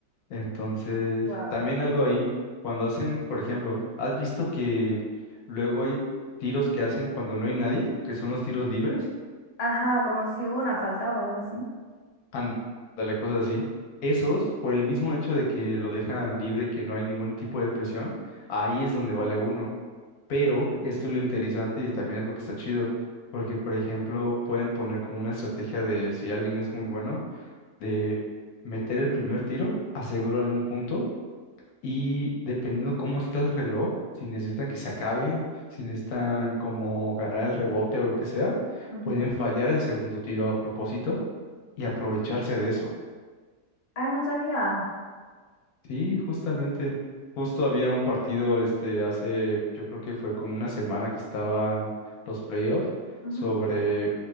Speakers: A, on the left (about 65°); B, on the left (about 85°).
A: Entonces,
B: Wow.
A: también algo ahí, cuando hacen, por ejemplo, ¿has visto que luego hay tiros que hacen cuando no hay nadie, que son los tiros libres?
B: Ajá, como si hubo una falta o algo así.
A: ándale, cosas así. Esos, por el mismo hecho de que lo dejan libre y que no hay ningún tipo de presión, ahí es donde vale uno. Pero esto es lo interesante y también es lo que está chido, porque, por ejemplo, pueden poner como una estrategia de si alguien es muy bueno, de meter el primer tiro, aseguran un punto y dependiendo cómo está el reloj, si necesitan que se acabe, si necesitan como ganar el rebote o lo que sea,
B: Ujú.
A: pueden fallar el segundo tiro a propósito y aprovecharse de eso.
B: Ah, no sabía.
A: Sí, justamente. Justo había un partido este hace, yo creo que fue como una semana que estaban los playoffs
B: Ujú,
A: sobre